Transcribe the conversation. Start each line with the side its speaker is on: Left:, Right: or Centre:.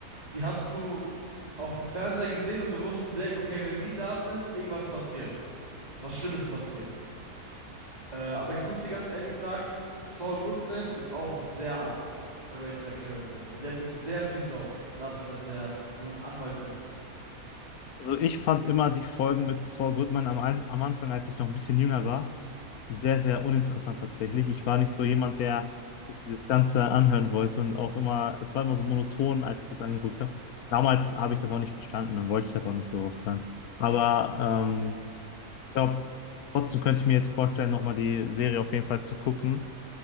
Right: die hast du auf dem Fernseher gesehen und du wusstest direkt, okay, wenn die da sind, irgendwas passiert. Was Schlimmes passiert. Äh, aber ich muss dir ganz ehrlich sagen, Saul Goodman ist auch ein sehr underrateter Charakter. Also der hat wirklich sehr viel drauf, dafür, dass er nur ein Anwalt ist.
Left: Also ich fand immer die Folgen mit Saul Goodman am, Ein- am Anfang, als ich noch ein bisschen jünger war, sehr, sehr uninteressant tatsächlich. Ich war nicht so jemand, der sich das Ganze anhören wollte und auch immer, es war immer so monoton, als ich das angeguckt habe. Damals habe ich das auch nicht verstanden, dann wollte ich das auch nicht so oft hören. Aber ähm, ich glaube, trotzdem könnte ich mir jetzt vorstellen, nochmal die Serie auf jeden Fall zu gucken.